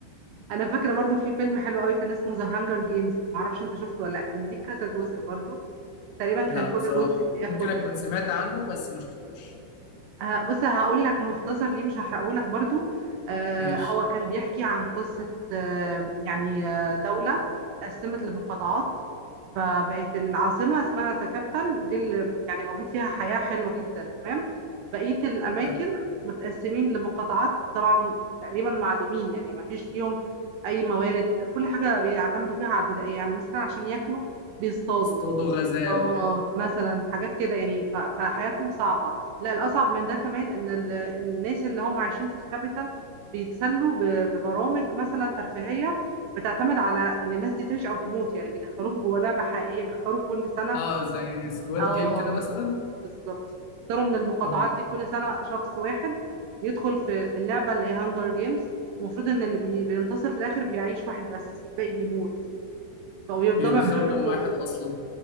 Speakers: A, on the right; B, on the left.
A: انا فاكره برضه في فيلم حلو قوي كان اسمه ذا هانجر جيمز معرفش انت شفته ولا لا كان ليه كذا جزء برضه تقريبا كان
B: لا
A: كل
B: بصراحة
A: جزء بياخد
B: ممكن اكون سمعت عنه بس ما شفتوش
A: ه- بص هقول لك مختصر ليه مش هحرقه لك برضو آه
B: ماشي
A: هو كان بيحكي عن قصة آه يعني آه دولة اتقسمت لمقاطعات فبقت العاصمة اسمها ذا كابيتال دي اللي يعني موجود فيها حياة حلوة جدا تمام بقية الأماكن
B: حلو
A: متقسمين لمقاطعات طبعا تقريبا معدومين يعني ما فيش ليهم أي موارد كل حاجة بيعتمدوا فيها على البدائية يعني مثلا عشان ياكلوا بيصطادوا
B: اصطادوا غزال
A: اه مثلا حاجات كده يعني ف- فحياتهم صعبة لا الأصعب من ده كمان إن ال- الناس اللي هم عايشين في الكابيتال بيتسلوا ب- ببرامج مثلا ترفيهية بتعتمد على إن الناس دي تعيش أو تموت يعني بيدخلوهم جوه لعبة حقيقية بيختاروا كل سنة
B: اه زي سكواد
A: اه
B: جيم كده مثلا
A: بالظبط بيختاروا من المقاطعات
B: مم.
A: دي كل سنة شخص واحد يدخل في في اللعبة اللي هي هانجر جيمز المفروض إن اللي بي- بينتصر في الآخر بيعيش واحد بس والباقي بيموت فبيفضلوا
B: بيدخلوا
A: يعملوا منه
B: كام واحد اصلا